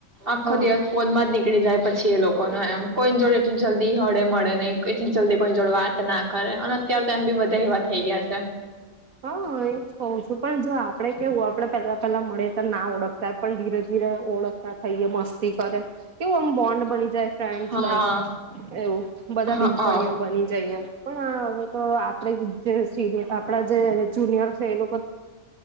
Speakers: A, on the right; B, on the right.
A: આખો
B: હા
A: દિવસ ફોનમાં જ નીકળી જાય. પછી એ લોકો ન એમ કોઈની જોડે એટલું જલ્દી હળે મળે નહી એટલી જલ્દી. કોઈ જોડ વાત ના કરે અને અત્યારે તો એમ બી બધા એવા થઈ ગયા છે.
B: હા એ જ કહું છું પણ જો આપડે કેવું આપડે પેલા પેલા મળે તો ના ઓળખતા પણ ધીરે ધીરે ઓળખ. થઈ મસ્તી કરે એવું આમ બોન્ડ બની જાય ફન્ડ
A: હા
B: લાઈક એવું બધા
A: હા
B: બેનપણીઓ બની જઈએ પણ હવે તો આપણે આપ. Junior fail.